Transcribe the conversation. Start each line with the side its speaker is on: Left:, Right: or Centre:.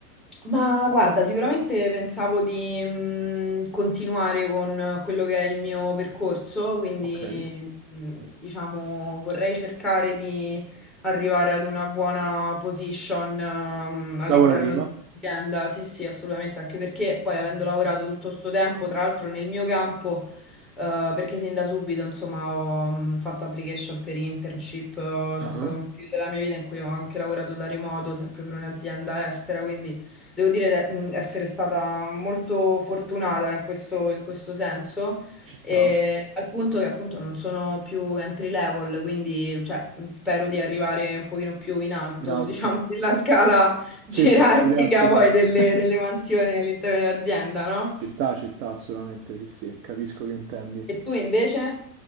Centre: Ma guarda, sicuramente pensavo di mh, continuare con quello che è il mio percorso, quindi
Right: Ok.
Centre: mh, diciamo vorrei cercare di arrivare ad una buona position ehm, all'interno
Right: Lavorativa?
Centre: dell'azienda. Sì, sì, assolutamente, anche perché poi avendo lavorato tutto sto tempo, tra l'altro nel mio campo, eh, perché sin da subito, insomma, ho mh, fatto application per internship, eh,
Right: Ah,
Centre: c'è stato un periodo della mia vita in cui ho anche lavorato da remoto, sempre per un'azienda estera, quindi Devo dire di mh, essere stata molto fortunata in questo, in questo senso,
Right: Ci sta,
Centre: e al punto che appunto non sono più entry level, quindi cioè, mh, spero di arrivare un pochino più in alto,
Right: in alto.
Centre: <laughs> diciamo, nella scala gerarchica
Right: Sì, sì, gerarchico.
Centre: poi delle,
Right: <laughs>
Centre: delle mansioni all'interno dell'azienda, no?
Right: Ci sta, ci sta assolutamente, sì, sì, capisco che intendi.
Centre: E tu invece?